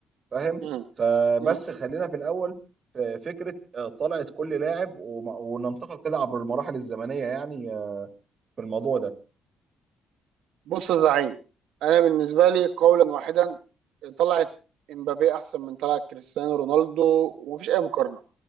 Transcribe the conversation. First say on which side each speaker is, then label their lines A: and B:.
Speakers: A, on the right; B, on the right.
A: فاهم
B: مم.
A: فبس
B: مم. مم.
A: خلينا في الاول في فكره آه، طلعت كل لاعب وم- وننتقل كده عبر المراحل الزمنيه يعني آه، في الموضوع ده
B: بص يا زعيم انا بالنسبه لي قولا واحدا طلعت امبابي احسن من طلعت كريستيانو رونالدو ومفيش اي مقارنه